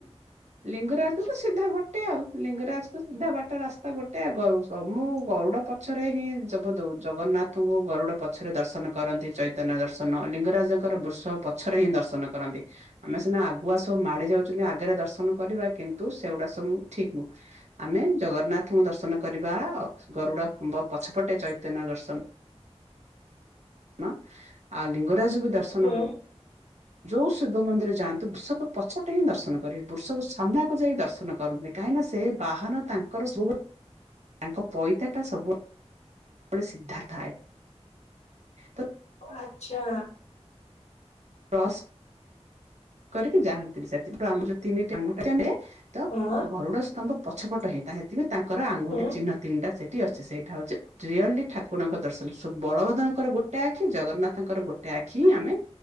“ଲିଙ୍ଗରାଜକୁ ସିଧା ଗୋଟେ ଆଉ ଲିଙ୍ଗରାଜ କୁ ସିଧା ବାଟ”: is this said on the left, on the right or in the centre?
Right